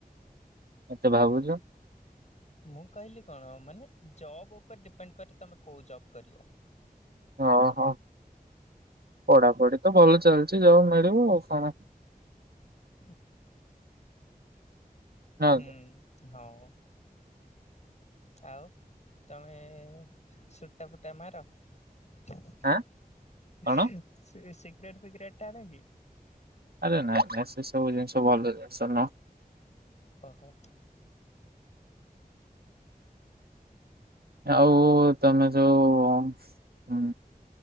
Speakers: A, on the right; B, on the left.
A: <inaudible> ଏତେ ଭାବୁଛ।
B: ମୁଁ କହିଲି କଣ ମାନେ ଜବ ଉପରେ ଡିପେଣ୍ଡ କରେ ତମେ କୋଉ ଜବ କରିବ।
A: ଓ ହୋ <inaudible> ପଢାପଢି ତ ଭଲ ଚାଲିଛି ଯୋଉ ମିଳିବ ଆଉ କଣ?
B: ହ
A: ନା
B: <inaudible> ହୁଁ।
A: କି?
B: ହଁ। ଆଉ ତମେ ସୁଟା ଫୁଟା ମାର। <inaudible> ସେ
A: ଆଁ କଣ
B: ଶ ସିଗରେଟ ଫିଗରେଟ ଟାଣେକି?
A: ଆରେ ନାଇଁ ନାଇଁ ସେ ସବୁ ଜିନିଷ ଭଲ ଜନିିଷ ନୁହଁ।
B: ଓହୋ।
A: ଆଉ ତମେ ଯୋଉ ହଁ